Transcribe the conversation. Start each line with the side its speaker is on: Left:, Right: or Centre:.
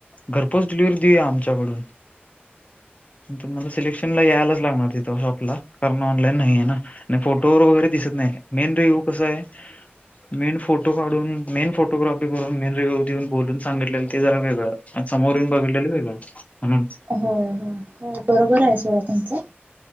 Left: घरपोच डिलिव्हरी देऊया आमच्याकडून. मला सिलेक्शन यायलाच लागणार ति तो झोपला कारण ऑनलाईन नाही आहे ना. फोटोवर वगैरे दिसत नाही मेन रे यो कस आहे मेन फोटो काढून, मेन फोटोग्राफी करून, मेन रीव्ह्यु देऊन बोलून सांगितलेलं ते जरा वेगळं आणि समोर येऊन बघितलेलं वेगळं. म्हणून
Right: हो - हो - हो बरोब बरं आहे सोळा तुमचं?